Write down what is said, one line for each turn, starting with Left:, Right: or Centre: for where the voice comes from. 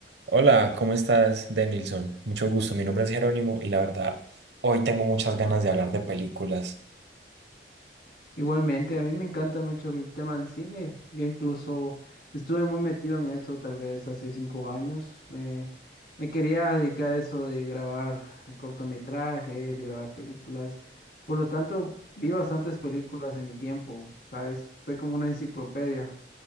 Right: Hola, ¿cómo estás, Denilson? Mucho gusto, mi nombre es Jerónimo y la verdad, hoy tengo muchas ganas de hablar de películas,
Left: Igualmente, a mí me encanta mucho el tema del cine. Yo incluso estuve muy metido en esto tal vez hace cinco años. Me, me quería dedicar a eso de grabar cortometrajes y grabar películas. Por lo tanto, vi bastantes películas en mi tiempo, ¿sabes? Soy como una enciclopedia.